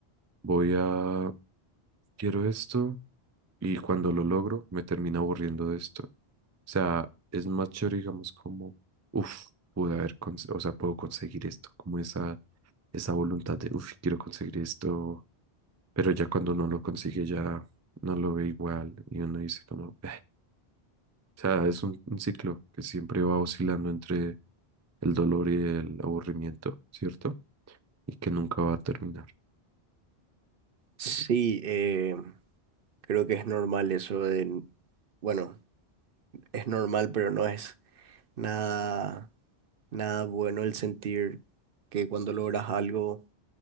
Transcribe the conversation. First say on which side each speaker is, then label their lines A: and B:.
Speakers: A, on the right; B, on the right.
A: voy a, quiero esto y cuando lo logro me termina aburriendo de esto O sea, es más chévere, digamos, como, uff, pude haber, cons- o sea, puedo conseguir esto, como esa, esa voluntad de, uff, quiero conseguir esto, pero ya cuando uno lo consigue ya no lo ve igual y uno dice como, "Eh". O sea, es un, un ciclo que siempre va oscilando entre el dolor y el aburrimiento, ¿cierto? Y que nunca va a terminar.
B: Sí, eh, creo que es normal eso de, bueno, es normal, pero no es nada, nada bueno el sentir que cuando logras algo,